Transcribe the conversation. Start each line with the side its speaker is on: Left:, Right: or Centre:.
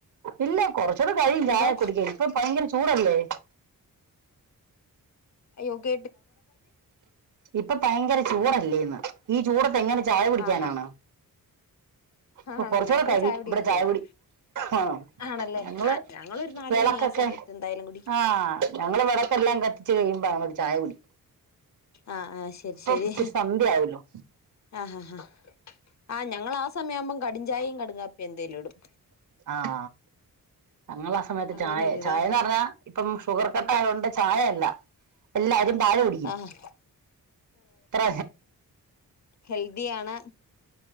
Right: ഇല്ല കുറച്ചൂടെ കഴിയും
Left: എന്തോ
Right: ചായ കുടിക്കൻ ഇപ്പൊ ഭയങ്കര ചൂടല്ലേ
Left: യോഗ
Right: ഇപ്പൊ ഭയങ്കര ചൂടല്ലേ ഇന്ന് ഈ ചൂടത്തെ എങ്ങനെ ചായ കുടിക്കാനാണ്
Left: ആഹാ
Right: അപ്പൊ
Left: ആണോ
Right: കൊറച്ചൂടെ
Left: ഞങ്ങള്
Right: കഴിയും
Left: കുടിയൊക്കെ
Right: ഇവിടെ ചായ
Left: കഴിഞ്ഞു
Right: കുൊടി ആ
Left: ആണല്ലേ
Right: ഞങ്ങള്
Left: ആ ഞങ്ങളൊരു നാല്
Right: വിളക്കൊക്കെ
Left: മണി ആ സമയത്ത് എന്തായാലും കുടിക്കും
Right: ആഹ ഞങ്ങള് വിളക്കല്ല എല്ലാം കത്തിച്ച് കഴിയ്പോഴ ചായ കുൊടി
Left: ആഹ് ആഹ് ശരി ശരി
Right: ഇച്ചിരി സന്ധ്യ ആവല്ലോ
Left: ആ ആാ ഹാ ആ് ഞങ്ങൾ ആ സമയ ആവുമ്പം കടും ചായയും കടും എന്തതില ഇടും
Right: ആഹ ഞങ്ങൾ ആ സമയത്ത്
Left: അങ്ങനെ
Right: ചായ
Left: ഒരിതാ
Right: ചായന്ന് പറഞ്ഞാ ഇപ്പം ഷുഗർ കട്ടായയുകൊണ്ട് ചായയല്ല എല്ലാവാരും ചായ കുടിക്കും
Left: ആഹ്
Right: അത്ര
Left: ഹെൽദി ആാണ്